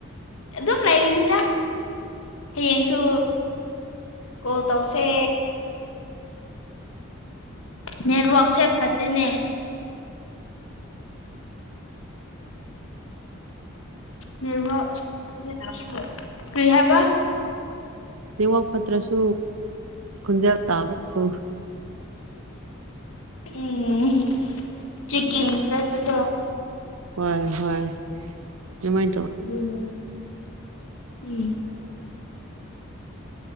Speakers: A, on the left; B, on the right.
A: ꯑꯗꯨꯝ ꯂꯩꯒꯅꯤꯗ ꯍꯌꯦꯡꯁꯨ ꯀꯣꯜ ꯇꯧꯁꯦ ꯅꯦꯠꯋꯥꯛꯁꯦ ꯐꯠꯇꯦꯅꯦ ꯅꯦꯠꯋꯥꯛ <unintelligible> ꯀ꯭ꯔꯤ ꯍꯥꯏꯕ
B: ꯅꯦꯠꯋꯥꯛ ꯐꯠꯇ꯭ꯔꯥꯁꯨ ꯈꯣꯟꯖꯦꯜ ꯇꯥꯕ꯭ꯔꯣ
A: ꯎꯝ ꯆꯤꯀꯤꯝ ꯆꯠꯄꯗꯣ
B: ꯍꯣꯏ ꯍꯣꯏ ꯑꯗꯨꯃꯥꯏꯟ ꯇꯧꯕ
A: ꯑꯗꯨꯅꯦ ꯎꯝ